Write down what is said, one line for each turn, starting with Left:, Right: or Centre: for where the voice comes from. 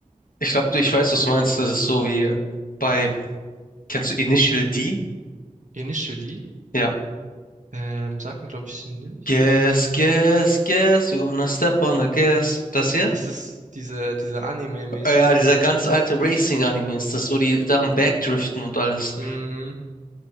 Left: Ich glaube, ich weiß, was du meinst. Das ist so wie bei, kennst du Initial D?
Right: Initial D,
Left: Ja.
Right: ähm, sagt mir glaube ich nicht.
Left: Guess, guess, guess, you wanna step on the gas. Das hier?
Right: Ist es diese, diese Anime-mäßig?
Left: Äh, Ja, dieser
Right: oder?
Left: ganz alte Racing-Anime ist das, wo die da am Backdriften und alles.
Right: Mm,